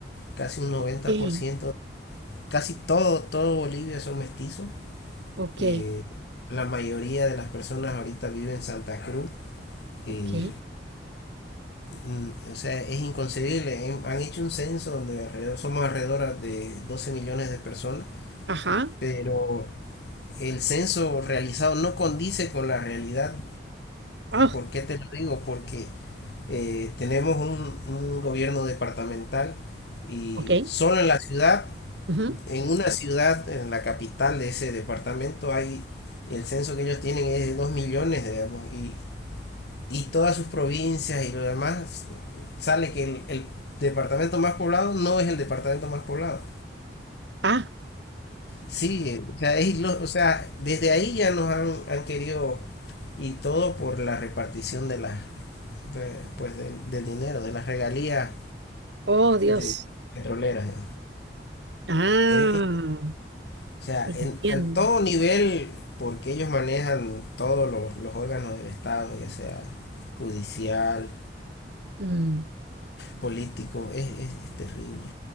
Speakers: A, on the left; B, on the right.
A: casi un noventa
B: ok,
A: por ciento casi todo, todo Bolivia son mestizos.
B: ok,
A: Eh, la mayoría de las personas ahorita viven en Santa Cruz.
B: ok,
A: Y, mm, o sea, es inconcebible. Hem- Han hecho un censo donde alrededor, somos alrededor de 12 millones de personas,
B: ajá,
A: pero el censo realizado no condice con la realidad.
B: ah,
A: ¿Por qué te lo digo? Porque eh, tenemos un, un gobierno departamental y
B: ok,
A: solo en la ciudad
B: ujú,
A: en una ciudad, en la capital de ese departamento, hay el censo que ellos tienen es de 2 millones, digamos, y, y todas sus provincias y lo demás, sale que el, el departamento más poblado no es el departamento más poblado.
B: ah,
A: Sí, eh, o sea, es ilo- o sea, desde ahí ya nos han, han querido y todo por la repartición de las de- pues del, del dinero, de las regalías
B: oh Dios,
A: de petroleras.
B: ah.
A: ¿eh? Es, O sea,
B: Entiendo.
A: en, en todo nivel, porque ellos manejan todos los, los órganos del Estado, ya sea judicial,
B: Mm,
A: político, es, es, es terrible.